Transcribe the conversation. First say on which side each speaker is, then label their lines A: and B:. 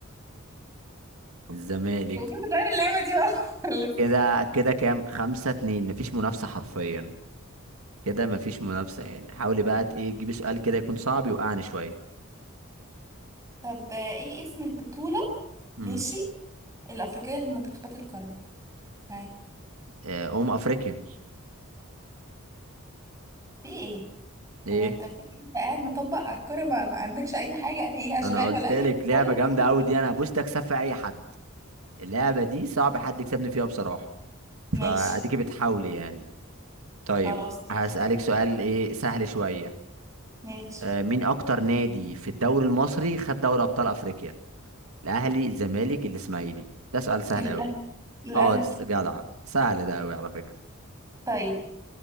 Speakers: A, on the right (about 80°); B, on the right (about 15°).
A: الزمالك
B: يعني نغير اللعبة دي بقى <laughs> خالص
A: كده كده كام خمسة اتنين مفيش منافسة حرفيا كده مفيش منافسة يعني حاولي بقى ت- ايه تجيبي سؤال كده يكون صعب يوقعني شوية
B: طب آه، ايه اسم البطولة
A: امم
B: ماشي الأفريقية لمنتخبات القارة ها
A: آه، أم أفريقيا
B: في ايه
A: ايه
B: هو انت في ايه؟ انت قاعد مطبق على الكرة ما, ما عندكش اي حاجة اي اشغال
A: انا قلت
B: ولا اي
A: لك
B: حاجة
A: لعبة
B: خالص
A: جامدة قوي
B: يعني
A: دي انا هبوس اكسب في اي حد اللعبة دي صعب حد يكسبني فيها بصراحة
B: ماشي
A: فاديكي بتحاولي يعني طيب
B: خلاص ماشي
A: هسألك سؤال ايه سهل شوية
B: ماشي
A: آه، مين اكتر نادي في الدوري المصري خد دوري ابطال افريقيا الاهلي الزمالك الاسماعيلي ده سؤال سهل
B: الاهلي
A: قوي
B: الاهلي
A: اه ده س- جدع سهل ده قوي على فكرة
B: طيب